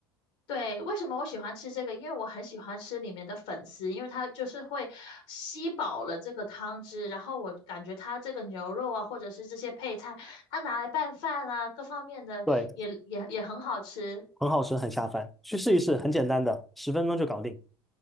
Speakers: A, on the left; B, in the centre.
A: 对，为什么我喜欢吃这个？因为我很喜欢吃里面的粉丝，因为它就是会吸饱了这个汤汁，然后我感觉它这个牛肉啊，或者是这些配菜，它拿来拌饭啊，各方面的也也也很好吃。
B: 对，很好吃，很下饭，去试一试，很简单的，十分钟就搞定。